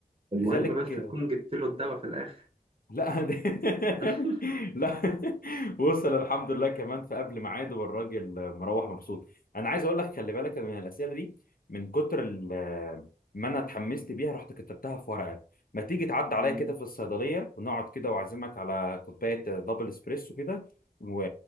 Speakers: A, on the right (about 40°); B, on the left (about 70°).
A: المهم
B: لذلك
A: بس تكون جبت له الدواء في الاخر
B: لا <laughs>
A: <laughs>
B: لا وصل الحمد لله كمان في قبل ميعاده والراجل مروح مبسوط انا عايز اقول لك خلي بالك من الاسئله دي من كتر ال- ما انا اتحمست بيها رحت كتبتها في ورقه ما تيجي تعدي عليا
A: مم.
B: كده في الصيدليه ونقعد كده واعزمك على كوبايه دبل اسبريسو كده و...